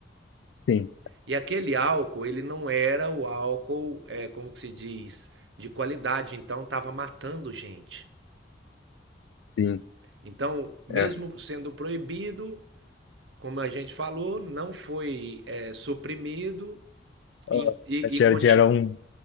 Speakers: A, on the left; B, on the right.
A: Sim,
B: E aquele álcool, ele não era o álcool, eh, como que se diz, de qualidade, então estava matando gente.
A: sim.
B: Então, mesmo
A: É.
B: sendo proibido, como a gente falou, não foi eh, suprimido
A: Ah,
B: e, e-
A: gera,
B: e conti-
A: gera um